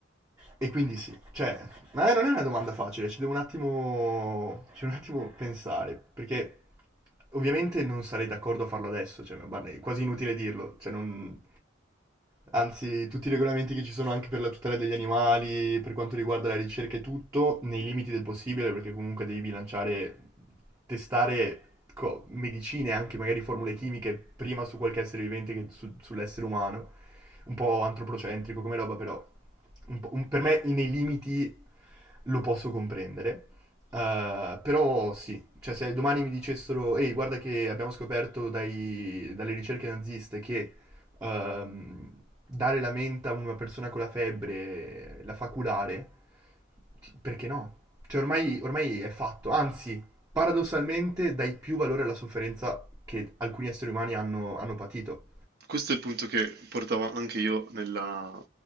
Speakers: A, on the right (about 15°); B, on the right (about 50°).
A: e quindi sì, cioè, ma eh, non è una domanda facile, ci devo un attimo, ci devo un attimo pensare, perché ovviamente non sarei d'accordo a farlo adesso, cioè, ma guarda, è quasi inutile dirlo, cioè non... Anzi, tutti i regolamenti che ci sono anche per la tutela degli animali, per quanto riguarda la ricerca e tutto, nei limiti del possibile, perché comunque devi bilanciare testare co- medicine, anche magari formule chimiche, prima su qualche essere vivente che su- sull'essere umano. Un po' antropocentrico come roba, però un po'- un- per me nei limiti lo posso comprendere. Eh, però sì, cioè se domani mi dicessero, ehi, guarda che abbiamo scoperto dai- dalle ricerche naziste che ehm, dare la menta a una persona con la febbre la fa curare, ti- perché no? Cioè ormai, ormai è fatto, anzi, paradossalmente dai più valore alla sofferenza che alcuni esseri umani hanno, hanno patito.
B: Questo è il punto che portavo anche io nella-